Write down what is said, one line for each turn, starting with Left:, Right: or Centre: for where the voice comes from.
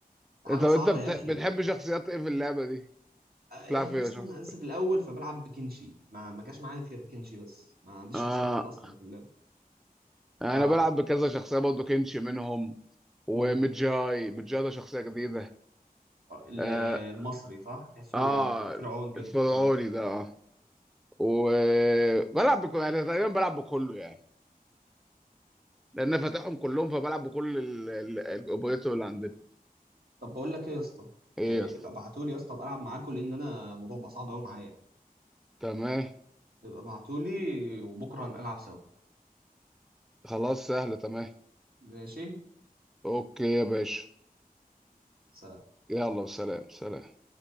Centre: طب
Right: حاجه صعبه
Centre: انت بت...
Right: يا اخي
Centre: بتحب شخصيات ايه في اللعبه دي؟
Right: آه،
Centre: بتلعب
Right: يا
Centre: فيها
Right: اسطى
Centre: شخصيات
Right: انا لسه
Centre: ايه؟
Right: في الاول فبلعب بكنشي ما ما جاش معايا غير كنشي بس ما عنديش
Centre: اه
Right: شخصيات تانية اصلا في اللعبه
Centre: انا
Right: ف
Centre: بلعب بكذا شخصيه برضه كنشي منهم ومتجاي
Right: مم.
Centre: متجاي ده شخصيه جديده
Right: ال-
Centre: اه,
Right: المصري صح تحسه
Centre: آه
Right: آه، فرعون كده
Centre: الفرعوني
Right: اه
Centre: ده اه وبلعب بكل يعني تقريبا بلعب بكله يعني لان أنا فاتحهم كلهم فبلعب بكل الاوبريتور اللي عندنا
Right: طب بقول لك ايه يا اسطى
Centre: ايه
Right: إيه، ابقى ابعتولي يا اسطى ابقى العب معاكم لان انا الموضوع بقى صعب قوي معايا يعني
Centre: تمام
Right: ابقى ابعتولي وبكره نبقى نلعب سوا
Centre: خلاص سهلة تمام
Right: ماشي
Centre: اوكي يا باشا
Right: سلام
Centre: يلا سلام سلام